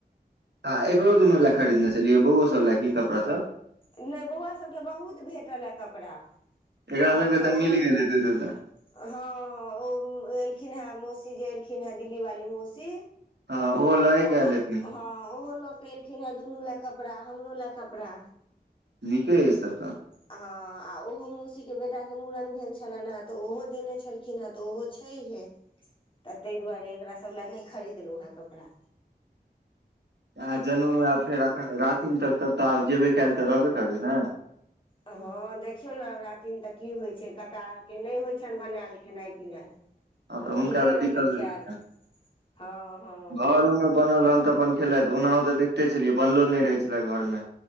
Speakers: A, on the right; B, on the left.
A: हँ एकरो दुनू
B: तऽ
A: लए खरीदने छलियै बौओ सब ल की कपड़ा सब
B: नई बौआ सबके बहुत भेटल ऐ कपड़ा
A: एकरा
B: अहाँके
A: सबके तऽ
B: ओहो
A: मिल
B: हँअ्
A: गेल हेतै से तऽ
B: हँअ् ओ एलखिन ह मौसी जे एलखिन ह दिल्ली वाली मौसी
A: हँ ओहो लए
B: ओहो
A: के आयल हेथिन
B: हँअ् ओहो लक एलखिन ह दुनू लए कऽ कपड़ा हमरो लए कपड़ा
A: नीके अइछ तब तऽ
B: हँ आ ओहो मौसीके बेटाके मूड़न भेल छलनि ह तऽ ओहो देने छलखिन ह तऽ ओहो छै छई हे
A: <inaudible>
B: तऽ तई दुआरे एकरा सब ल नई खरीदलहु ह कपड़ा
A: आ जनउमे आब फेर एखन रातिमे तक तब तऽ आब जेबे काइल तऽ रहबे करबै न
B: हँ देखियौ ने रातिमे तऽ की होइ छै कक्का नई होइ छैनि बनैयल खेनाइ पिनाइ
A: हँ तऽ
B: भुखले
A: हुनका तऽ
B: रहै
A: दिक्कत होइत
B: छथि
A: हेतैन
B: हँ हँ
A: घरो मे बनल रहल तऽ अपन खेलइत तऽ ओनाहो तऽ देखिते छलियै बनलो नई रहै छलै घर मे